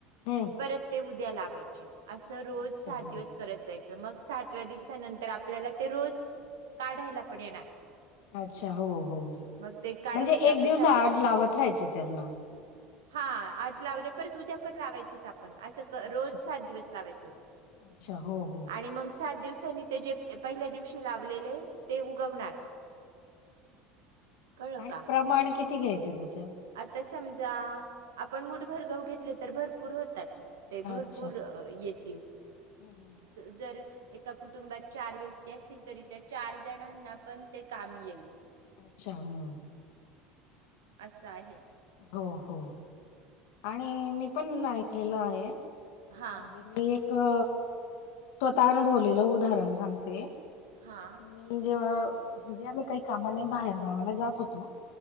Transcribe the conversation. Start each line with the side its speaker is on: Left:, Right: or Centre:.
Left: हम्म
Right: परत ते उद्या लाव काचे <unintelligible> असं रोज
Left: अच्छा
Right: सात
Left: हम्म.
Right: दिवस करत जायच. मग सातव्या दिवसानंतर आपल्याला ते रोज काढायला पण येणार
Left: अच्छा हो हो
Right: मग ते काढायचे
Left: म्हणजे
Right: आपले
Left: एक दिवस
Right: सास
Left: आड लावत राहायचं. उतलना <unintelligible>
Right: हा आज लावले परत उद्या पण लावायचेच आप
Left: अच्छा
Right: रोज सात दिवस लावायचा
Left: अच्छा हो हो
Right: आणि म सात दिव नी ते जे पहिल्या दिवशी लावलेले. ते उगवणार कळलं
Left: आणि
Right: का?
Left: प्रमाण किती क घ्यायचे त्याची..
Right: आता समजा आपण मूठ भर गहू घेतले तर भरपूर होतात. ते भरपूर
Left: अच्छा
Right: येतील
Left: हम् हम हम
Right: जर एका कुटुंबात चार व्यक्ती असतील तरी त्या चार जणांना पण ते कामी येईल.
Left: अच्छा हम्म
Right: असं आहे.
Left: हो हो आणि मी पण ऐकलेलं आहे. म्हणजे
Right: हा
Left: मी अ स्वतः अनुभवलेलं उदाहरण सांगते.
Right: हा
Left: मी जेव्हा म्हणजे आम्ही काही कामाने बाहेर गावाला जात होतो.